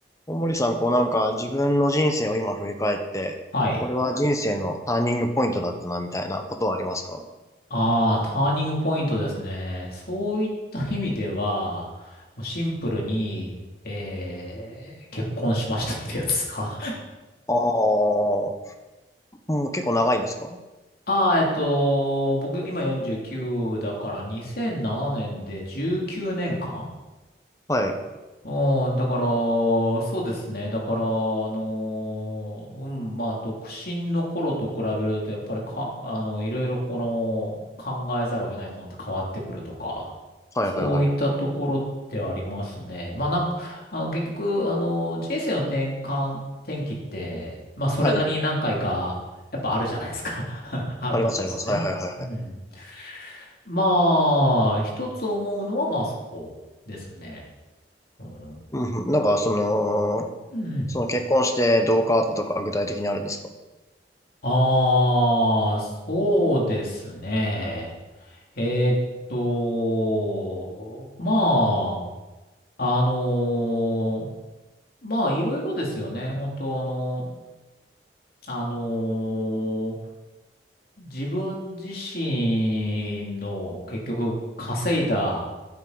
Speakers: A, on the left; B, on the left.
A: 大森さん、こうなんか自分の人生を今振り返って、
B: はい。
A: これは人生のターニングポイントだったな、みたいなことはありますか
B: ああ、ターニングポイントですね。そういった意味では、もうシンプルに、えー、結婚しましたってやつですか。
A: ああー、もう結構長いんですか
B: <laughs> ああ、えっと、僕今49だから2007年で19年間
A: はい。
B: うねんかんうん、だから、そうですね。だから、あのーうん、まあ、独身の頃と比べると、やっぱりか、あの、いろいろこの、考えざるを得ないものって変わってくるとか、
A: はいはいはい。
B: そういったところってありますね。まあなんか、あの結局、あの人生の転換、転機って、まあそれなりに何回か、
A: はい。
B: やっぱあるじゃないですか。<laughs> あると思うんですよね。
A: ありますあります。はいはいはいはい。
B: うん。まあ、一つ思うのはまあそこですね。うん。
A: うんうん、なんかその、
B: うん。
A: その結婚してどう変わったとか具体的にあるんですか
B: ああ、そうですね。えーっと、まあ、あのーまあいろいろですよね。本当あのあのー自分自身の結局稼いだ